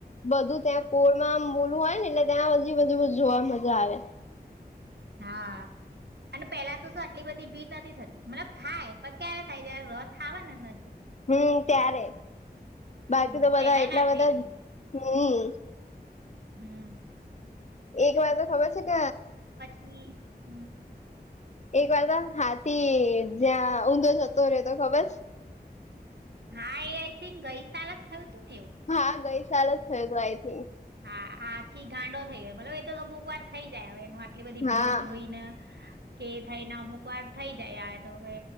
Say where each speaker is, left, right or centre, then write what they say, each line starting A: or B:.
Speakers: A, on the left; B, on the right.
A: બધું ત્યાં પોળમાં મુલ હોય ને એટલે ત્યાં હજીી બધી બ જોવા મજા આવે
B: હા અને પેલા તો શ આટલી બધી ભીડ નથી થતી મતલબ થાય પણ ક્યારે થાય જ્યારે રસ થ આવે ને નજી
A: હમ ત્યારે બાકી
B: હમ
A: તો બધા
B: પેલા
A: એટલા
B: ના
A: બધા
B: થાય એટલી
A: હમ
B: હમ
A: એક વાર તો ખબર છે ક
B: હ
A: એક વાર તો હાથી જ્યાં ઊંધો જતો રહેેતો ખબર
B: હા એ આઈ થિંક ગઈ સાલ જ થયું હતું ને એવું
A: હા ગઈ સાલ જ થયો તો આ
B: હા આથી ગાંડો થઈ ગયો મતલબ એતો અમુક વાર થઈ જાય હવે એ એટલી બધી
A: હા
B: ભીડ જોઈને કે થઈને અમુક વાર થઈ જાય આ તો હવે